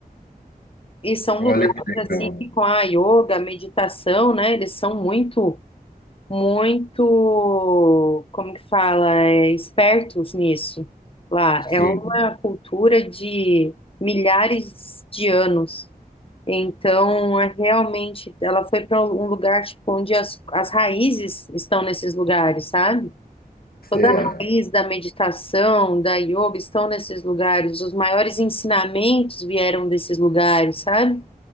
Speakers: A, on the left; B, on the left.
A: E são
B: olha
A: lugares
B: que legal.
A: assim que com a yoga, a meditação, né? Eles são muito muito, como que fala, é, espertos nisso lá. É
B: Sim,
A: uma cultura de milhares de anos. Então, é realmente, ela foi para um lugar tipo, onde as, as raízes estão nesses lugares, sabe?
B: certo.
A: Toda a raiz da meditação, da yoga estão nesses lugares. Os maiores ensinamentos vieram desses lugares, sabe?